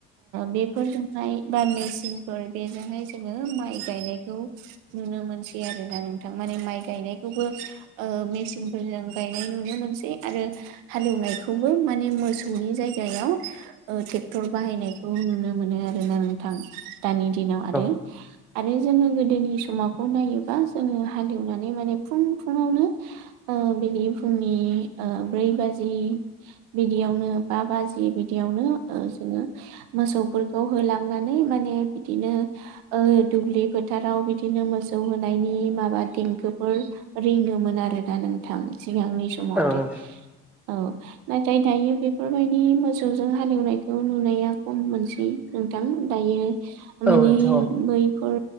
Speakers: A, on the right (about 75°); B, in the centre.
A: बेफोरजों हाय बा मेचिनफोर बेजोंहाय जोङो माइ गायनायखौ नुनो मोनसै आरो दा नों थां माइ गायनायखौबो ओ मे फोरजों गायनाय नुनो मोनसै आरो हालेवनायखौबो माने मोसौनि जायगायाव। ट्रेक्टर बाहायनायखौ नुनो मोनो आरोना नोंथां दानि दिनाव आरो।
B: औ
A: आरो जोङो गोदोनि समावखौ नायोबा जोङो हालेवनानै माने फुं फुङावनो बिदि फुंनि ब्रै बाजि बिदियावनो बा बाजि बिदियाव जों मोसौ फोर खौ होलांनानै माने बिदिनो दुब्लि फोथाराव बिदिनो मोसौ होनायनि माबा देंखोफोर रिङोमोन आरोना नोंथां। सिगांनि समाव
B: औ नोंथां
A: आरो औ नाथाय दायो बे बेफोरबायदि मोसौजों हालेवनायखौ नुनाया खम मोनसै नोंथां दायो
B: औ
A: माने बैफोर